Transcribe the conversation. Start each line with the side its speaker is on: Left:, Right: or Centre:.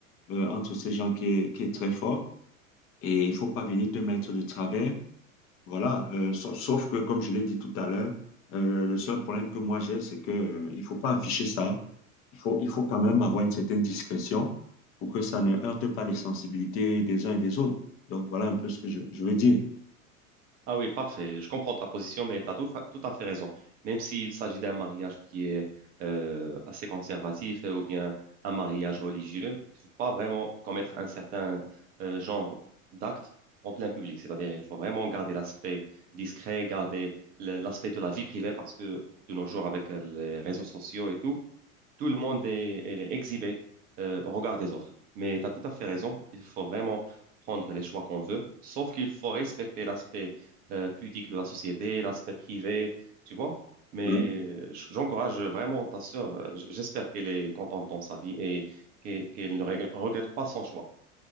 Left: euh, entre ces gens qui est, qui est très forte et il faut pas venir te mettre de travers. Voilà, Euh, sa- sauf que, comme je l'ai dit tout à l'heure, euh, le, le seul problème que moi j'ai, c'est que, euh, il faut pas afficher ça. Il faut, il faut quand même avoir une certaine discrétion pour que ça ne heurte pas les sensibilités des uns et des autres. Donc, voilà un peu ce que je, je veux dire.
Right: Ah oui, parfait. Je comprends ta position, mais tu as tout, fa- tout à fait raison. Même s'il s'agit d'un mariage qui est euh, assez conservatif euh, ou bien un mariage religieux, il faut pas vraiment commettre un certain euh, genre d'acte en plein public. C'est-à-dire, il faut vraiment garder l'aspect discret, garder le- l'aspect de la vie privée parce que de nos jours, avec euh, les réseaux sociaux et tout, tout le monde est, elle est exhibé euh, au regard des autres. Mais tu as tout à fait raison, il faut vraiment prendre les choix qu'on veut, sauf qu'il faut respecter l'aspect euh, pudique de la société, l'aspect privé, tu vois. Mais
Left: hein.
Right: j- j'encourage vraiment ta sœur, euh, j- j'espère qu'elle est contente dans sa vie et qu'e- qu'elle ne reg- regrette pas son choix.